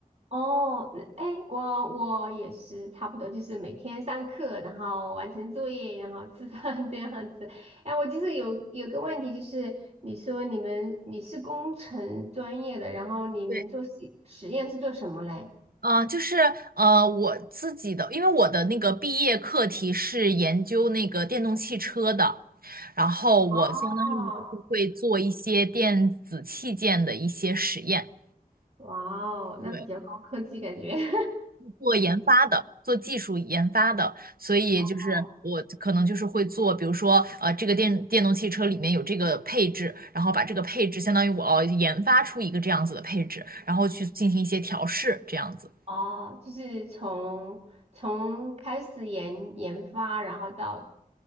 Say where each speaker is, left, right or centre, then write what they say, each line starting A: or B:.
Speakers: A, on the right (about 45°); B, on the right (about 80°).
A: 哦，那哎，我我也是差不多，就是每天上课，然后完成作业，然后吃饭 <laughs> 这样子。哎，我就是有有个问题，就是你说你们你是工程专业的，然后你们做实实验是做什么嘞？
B: 对，嗯，呃就是呃，我自己的，因为我的那个毕业课题是研究那个电动汽车的，然后我相当于就是会做一些电子器件的一些实验，
A: 哦，哇哦，那比较高科技感觉。
B: 对，
A: <laughs>
B: 做研发的，做技术研发的，所以就是我可能就是会做，
A: 哦
B: 比如说呃，这个电电动汽车里面有这个配置，然后把这个配置相当于我要研发出一个这样子的配置，然后去进行一些调试，这样子。
A: 哦，就是从从开始研研发，然后到